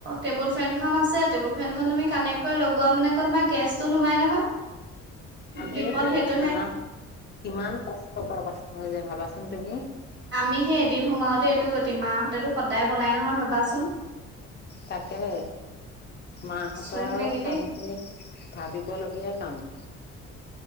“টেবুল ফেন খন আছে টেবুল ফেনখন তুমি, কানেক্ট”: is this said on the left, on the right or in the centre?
Right